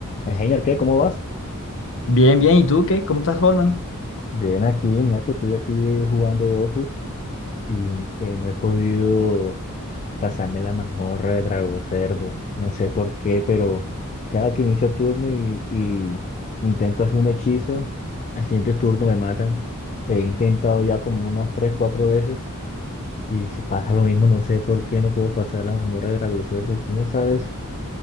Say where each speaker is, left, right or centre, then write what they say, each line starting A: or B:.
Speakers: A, on the left; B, on the left.
A: Señor, ¿qué? ¿Cómo vas?
B: Bien, bien. ¿Y tú qué? ¿Cómo estás, Holman?
A: Bien, aquí, mira que estoy aquí jugando Dofus y eh, no he podido pasarme la mazmorra de Drago Cerdo. No sé por qué, pero cada que inicio turno y, y intento hacer un hechizo, al siguiente turno me matan. He intentado ya como unas tres, cuatro veces y si pasa lo mismo, no sé por qué no puedo pasar la mazmorra de Drago Cerdo. Tú no sabes,